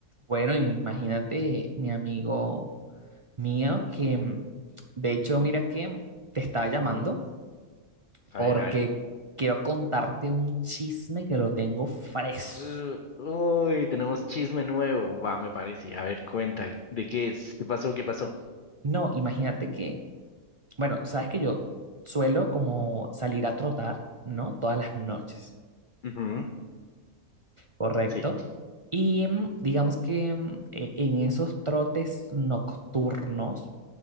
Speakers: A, on the right; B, on the left.
A: Bueno, imagínate, mi amigo mío, que
B: Uy,
A: mm, de hecho,
B: ¿cómo
A: mira
B: es?
A: que te estaba
B: Ujú.
A: llamando
B: A
A: porque
B: ver, a ver.
A: quiero contarte un chisme que lo tengo fresco.
B: Uh, uy, tenemos chisme nuevo. Va, me parece. A ver, cuenta. ¿De qué es? ¿Qué pasó? ¿Qué pasó?
A: No, imagínate que, bueno, sabes que yo suelo como salir a trotar, ¿no? Todas las noches.
B: Ujú,
A: Correcto.
B: Sí.
A: Y mm, digamos que mm, e- en esos trotes nocturnos